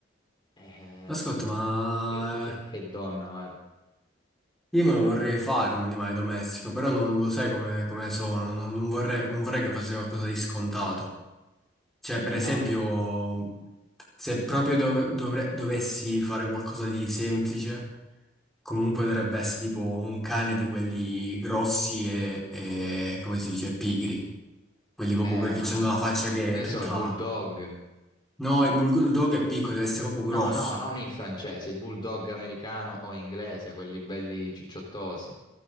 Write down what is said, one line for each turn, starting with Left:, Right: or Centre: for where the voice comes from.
Left: eh,
Centre: Ascolta, ma
Left: che, che-
Centre: eh,
Left: che donna, guarda.
Centre: io me lo vorrei fare un animale domestico, però non lo sai come, come sono. Non, non vorrei, non vorrei che fosse qualcosa di scontato. Cioè, per
Left: Eh
Centre: esempio,
Left: no,
Centre: se proprio dov- dovre- dovessi fare qualcosa di semplice, comunque dovrebbe essere tipo un cane di quelli grossi e, e, come si dice, pigri. Quelli proprio
Left: Eh,
Centre: che
Left: ma
Centre: c'hanno la faccia che
Left: che
Centre: è
Left: ne
Centre: tutta...
Left: so, il bulldog.
Centre: No, il bulldog è piccolo, deve essere proprio
Left: No,
Centre: grosso.
Left: no, non il francese, il bulldog americano o inglese, quelli belli cicciottosi.